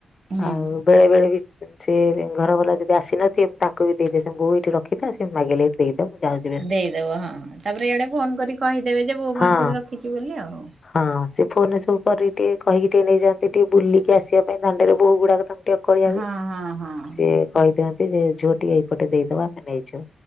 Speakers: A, on the right; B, on the left.
A: ହୁଁ।
B: ଆଉ ବେଳେବେଳେ ବି ସିଏ ଦି ଘରବାଲା ଯଦି ଆସିନଥିବେ ମୁଁ ତାଙ୍କୁ ବି ଦେଇଦିଏ ସେ ବୋଉ ଏଠି ରଖିଥା ସେ ମାଗିଲେ ଏଟି ଦେଇଦବ ମୁଁ ଯାଉଚି।
A: ଦେଇଦବ ହଁ ତାପରେ ୟାଡେ ଫୋନ କରିକି କହିଦେବେ ଯେ ବୋଉ
B: ହଁ
A: ପାଖରେ ରଖିଚି ବୋଲି ଆଉ।
B: ହଁ ସିଏ ଫୋନରେ ସବୁ କରିକି ଟିକେ କହିକି ଟିକେ ନେଇଯାଆନ୍ତି ଟିକେ ବୁଲିକି ଆସିବା ପାଇଁ ଦାଣ୍ଡରେ ବୋହୂଗୁଡାକ ତାଙ୍କୁ ଟିକେ କଳିଆ
A: ହଁ
B: ହୁଏ
A: ହଁ ହଁ
B: ସିଏ କହିଦିଅନ୍ତି ଯେ ଝୁଅ ଟିକେ ଏଇପଟେ ଦେଇଦବ ଆମେ ନେଇଯିବୁ